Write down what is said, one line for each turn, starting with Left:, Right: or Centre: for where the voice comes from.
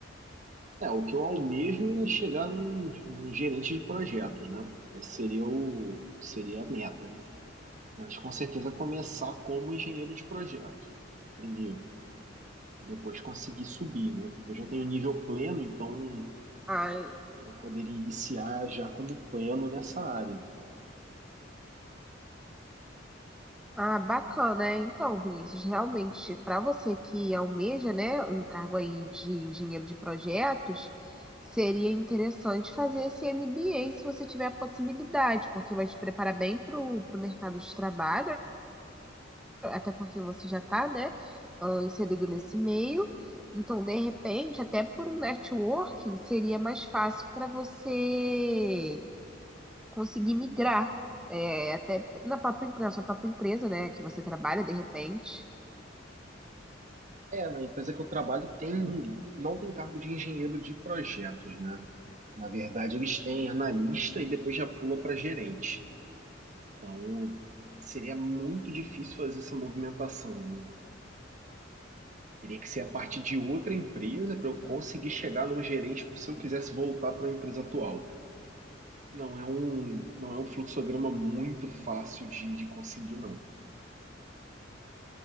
Right: É, o que eu almejo é chegar num, num gerente de projetos, né? Esse seria o, seria a meta. Mas com certeza começar como engenheiro de projeto, primeiro. E depois conseguir subir, né? Eu já tenho nível pleno, então
Centre: Ai,
Right: Eu poderia iniciar já como plano nessa área.
Centre: Ah, bacana, é. Então, Vinícius, realmente, para você que almeja, né, um cargo aí de engenheiro de projetos, seria interessante fazer esse MBA se você tiver a possibilidade, porque vai te preparar bem para o mercado de trabalho, até porque você já está, né, ah, inserido nesse meio. Então, de repente, até por um networking, seria mais fácil para você conseguir migrar é, até na própria, na sua própria empresa, né, que você trabalha de repente.
Right: É, na empresa que eu trabalho tem, um, não tem cargo de engenheiro de projetos, né? Na verdade, eles têm analista e depois já pula para gerente. Então, seria muito difícil fazer essa movimentação, né? Teria que ser a partir de outra empresa para eu conseguir chegar num gerente se eu quisesse voltar para a empresa atual. Não é um, não é um fluxograma muito fácil de, de conseguir, não.